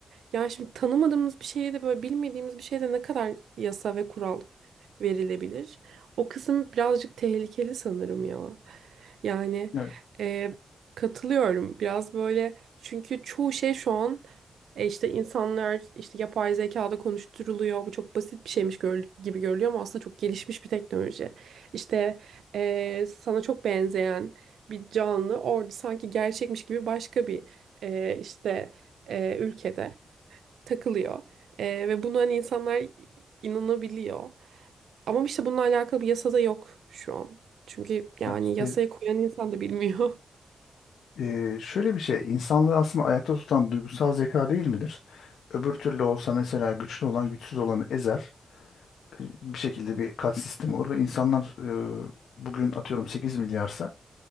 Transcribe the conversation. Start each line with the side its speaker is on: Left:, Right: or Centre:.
Right: yani şimdi tanımadığımız bir şeye de böyle bilmediğimiz bir şeye de ne kadar yasa ve kural verilebilir? O kısım birazcık tehlikeli sanırım ya. Yani
Left: Yani,
Right: e, katılıyorum. Biraz böyle çünkü çoğu şey şu an e, işte insanlar işte yapay zekada konuşturuluyor. Bu çok basit bir şeymiş gör- gibi görülüyor ama aslında çok gelişmiş bir teknoloji. İşte e, sana çok benzeyen bir canlı orada sanki gerçekmiş gibi başka bir e, işte e, ülkede takılıyor. E, ve buna hani insanlar inanabiliyor. Ama işte bununla alakalı bir yasada yok şu an. Çünkü yani
Left: yani işte,
Right: yasaya koyan insan da bilmiyor. <laughs>
Left: e, şöyle bir şey, insanlığı aslında ayakta tutan duygusal zeka değil midir? Öbür türlü olsa mesela güçlü olan güçsüz olanı ezer. bir şekilde bir kat sistemi olur ve insanlar e, bugün atıyorum 8 milyarsa